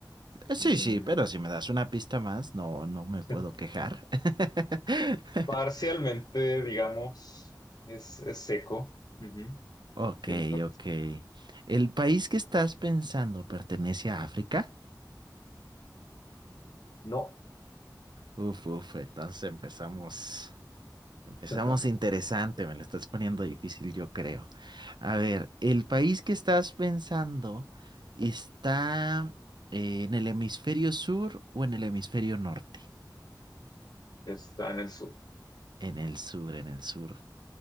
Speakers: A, on the right; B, on the left.
A: Eh, Sí,
B: Mm.
A: sí, pero si me das una pista más, no, no
B: <laughs>
A: me puedo quejar. <laughs>
B: Parcialmente, digamos, es, es seco. Ujú.
A: Ok,
B: Tiene partes.
A: ok. ¿El país que estás pensando pertenece a África?
B: No.
A: Uf, uf, entonces empezamos. Empezamos
B: <laughs>
A: interesante, me lo estás poniendo difícil, yo creo. A ver, ¿el país que estás pensando está eh, en el hemisferio sur o en el hemisferio norte?
B: Está en el sur.
A: En el sur, en el sur.